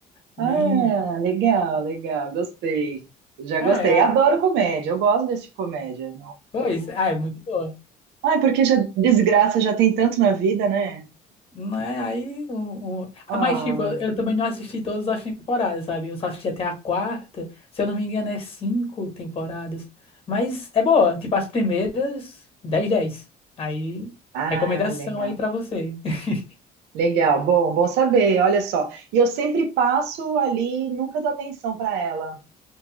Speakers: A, on the left; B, on the right.
A: Bem.
B: Ah, legal, legal, gostei. Já gostei.
A: É, é,
B: Adoro comédia, eu gosto desse comédia.
A: pois, é, é muito boa.
B: Ai, porque já desgraça já tem tanto na vida, né?
A: Não é aí. Um, um...
B: Ah,
A: Ah, mas, tipo, eu, eu também não assisti todas as temporadas, sabe? Eu só assisti até a quarta. Se eu não me engano, é cinco temporadas. Mas é boa. Tipo, as primeiras, dez, dez. Aí,
B: Ah,
A: recomendação
B: legal.
A: aí pra você. <laughs>
B: Legal, bom, bom saber, olha só. E eu sempre passo ali, nunca dou atenção para ela.